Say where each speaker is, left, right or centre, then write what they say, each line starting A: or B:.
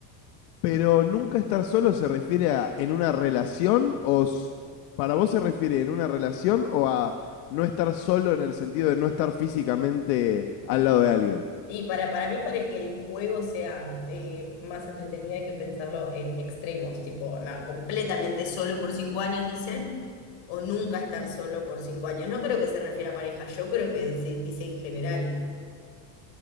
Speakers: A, on the left; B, on the left.
A: Pero nunca estar solo se refiere a en una relación o s- para vos se refiere en una relación o a no estar solo en el sentido de no estar físicamente al lado de alguien.
B: Y para, para mí, para que el juego sea eh, más entretenido, hay que pensarlo en extremos, tipo, nada, completamente solo por cinco años, dice, o nunca estar solo por cinco años. No creo que se refiera a pareja, yo creo que se dice en general.